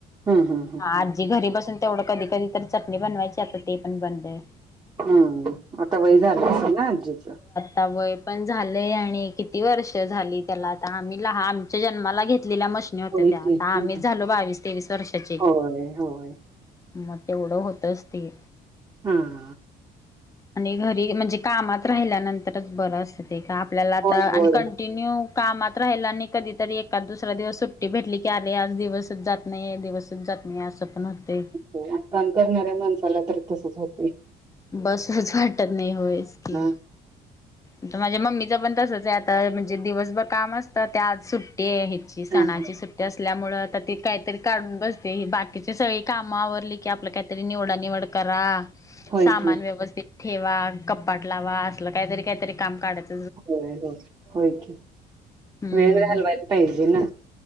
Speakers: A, on the right; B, on the left.
A: हम्म हम्म.
B: हा आजी घरी बसून तेवढं कधी कधी तर चटणी बनवायची आता ते पण बन आहे.
A: हं आता वय झाला असेल ना आजीचं.
B: ता वय पण झालेय आणि किती वर्ष झालीत. आता आम्ही लहा आमच्या जन्माला घेतलेल्या मस्''--'' होत
A: होय
B: त्या आता
A: की
B: आम्हीच झालो बावीस तेवीस वर्षाचे.
A: होय, होय.
B: मग तेवढं होतच ते.
A: हा,
B: आणि घरी म्हणजे कामात राहिल्यानंतरच बरं असतं ते का आपल्याला आता
A: होय, होय.
B: आणि कंटिन्यू. कामात राहिला आणि कधीतरी एकाद दुसरा दिवस सुट्टी भेटली की अरे आज दिवसच जात. नाही दिवसच जात नाही असं. पण होते
A: आणि काम करणाऱ्या माणसाला तर तसच होत.
B: बसच वाटत नाही. होयस की
A: हां,
B: आता माझ्या मम्मीच पण तसच आहे आता. म्हणजे दिवसभर काम असता ते आज सुट्टी आहे ह्याची ती सणाची
A: हां.
B: सुट्ट ते असल्यामुळे आता ते काहीतरी काढून बसते. बाकीचे सगळी काम आवरली की आपल्या काय निवडा निवड करा.
A: होय
B: सामान
A: की.
B: व्यवस्थित ठेवा. कपाट लावा. असल काहीतरी काहीतरी काम काढत
A: होय होय होय की
B: हम्म
A: वेळ घालवायला पाहिजे ना.